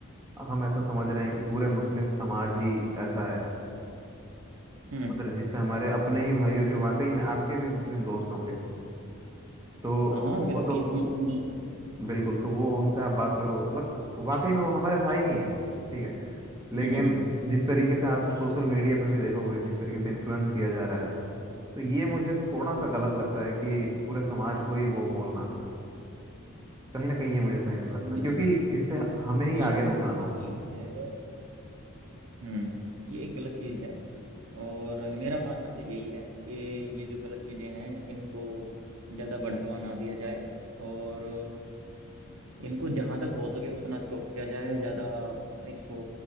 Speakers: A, on the right; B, on the right.
A: हम ऐसा समझ रहे हैं कि पूरे मुस्लिम समाज ही ऐसा है
B: हम्म हम्म
A: उधर जिससे
B: हम्म।
A: हमारे अपने ही भाइयों जो वाकई में आपके भी मुस्लिम दोस्त होंगे तो
B: हाँ हाँ मेरे
A: वो
B: कई
A: तो
B: मुस्लिम दोस्त हैं
A: बिल्कुल तो वो उनसे आप बात करो मतलब वाकई में वो हमारे भाई ही हैं ठीक है लेकिन
B: हम्म हम्म
A: जिस तरीके से आप सोशल मीडिया पे भी देखोगे जिस तरीके से इन्फ्लुएंस किया जा रहा है तो ये मुझे थोड़ा सा गलत लगता है कि पूरे समाज को ही वो बोलना कहीं ना कहीं ये मुझे सही नहीं लगता
B: नहीं
A: क्योंकि इससे हमें ही
B: ये
A: आगे नुकसान होगा
B: गलत चीज है हम्म ये एक गलत चीज है और मेरा मानना तो यही है कि ये जो गलत चीजें हैं इनको ज्यादा बढ़ावा ना दिया जाए और इनको जहां तक हो सके उतना स्टॉप किया जाए ज्यादा इसको